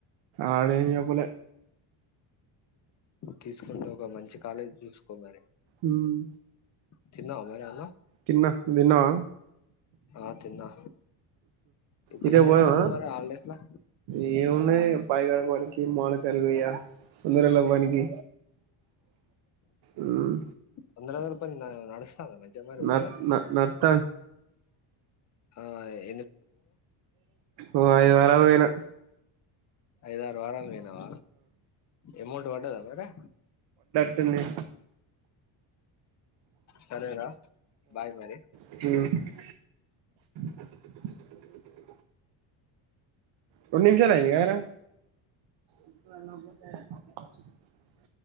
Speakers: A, on the right; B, on the left.
A: ఆడేం చెప్పలే
B: తీసుకుంటే ఒక మంచి కాలేజీ చూసుకో మరి
A: ఉహ్మ్
B: తిన్నావా మరి అన్నం
A: తిన్న నువ్ తిన్నావా
B: ఆ తిన్నా ఇప్పుడు
A: ఈతకి
B: ఏం చేస్తాన్నావ్
A: పోదామా
B: మరి హాలిడేస్ లా
A: ఏం ఉన్నాయి బాయికడపని ఈ మోడికాయలు కొయ్య, వంద రోజుల పనికి ఉహ్
B: వందరోజుల పని నాడ్ నడుస్తోందా మంచిగా మరి
A: నర్
B: ఉల్లే
A: నర్త
B: ఆ అదే
A: ఓ ఐదార్ రాల్ పోయిన
B: ఐదార్ వారాలు పోయినవా ఎమౌంట్ పడ్డదా మరి
A: డింది
B: సరేరా బాయ్ మరి
A: రెండు <inaudible> రెండు నిమిషాల అయింది గదరా ఇ పోతే <unintelligible>